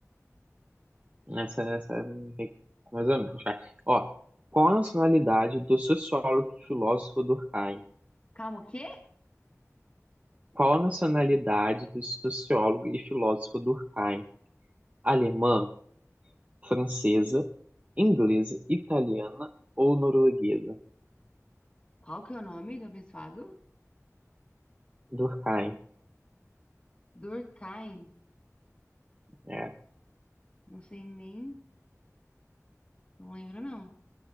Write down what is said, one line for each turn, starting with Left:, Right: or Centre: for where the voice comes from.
Right: essa, essa, é mais ou menos, vai. Ó, qual a nacionalidade do sociólogo e filósofo Durkheim?
Left: Calma, o quê?
Right: Qual a nacionalidade do sociólogo e filósofo Durkheim? Alemã, francesa, inglesa, italiana ou norueguesa?
Left: Qual que é o nome do abençoado?
Right: Durkheim,
Left: Durkheim.
Right: é,
Left: Não sei nem. Não lembro, não.